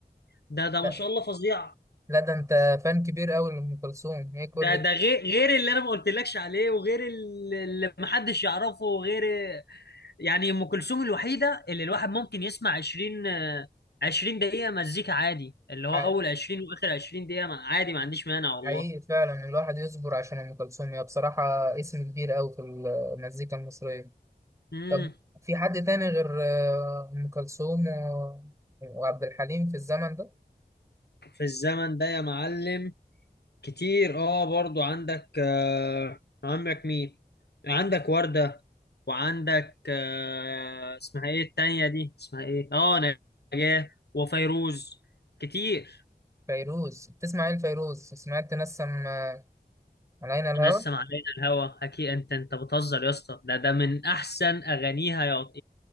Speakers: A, on the left (about 80°); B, on the right (about 20°).
A: ده ده
B: لا
A: ما شاء الله فظيع
B: لا ده أنت فان كبير أوي لأم كلثوم هي كل
A: ده ده غير غير اللي انا ما قلتلكش عليه وغير ال- اللي محدش يعرفه وغير يعني ام كلثوم الوحيده اللي الواحد ممكن يسمع 20 آه، 20 دقيقه مزيكا عادي اللي هو
B: ح-
A: اول 20 واخر 20 دقيقه ما- عادي ما عنديش مانع والله
B: حقيقي فعلا الواحد يصبر عشان أم كلثوم هي بصراحة اسم كبير أوي في المزيكا المصرية
A: امم
B: طب في حد تاني غير آه، أم كلثوم و... وعبد الحليم في الزمن ده
A: في الزمن ده يا معلم كتير اه برضو عندك آه عندك مين عندك وردة وعندك آه اسمها ايه التانية دي اسمها ايه اه نجاة وفيروز كتير
B: فيروز تسمع ايه لفيروز سمعت تنسم آه، علينا الهوى
A: نسم علينا الهوى اكيد انت انت بتهزر يا اسطى ده ده من احسن اغانيها يا عط-